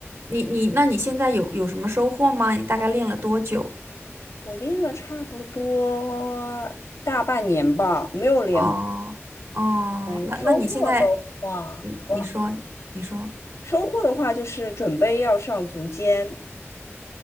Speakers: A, on the right (about 65°); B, on the left (about 75°).
A: 你你，那你现在有有什么收获吗？你大概练了多久？
B: 我练了差不多大半年吧，没有练很。
A: 哦哦，
B: 嗯，
A: 那那你现在，
B: 收获的话，
A: 你你说你说，
B: 哇，收获的话就是准备要上足尖，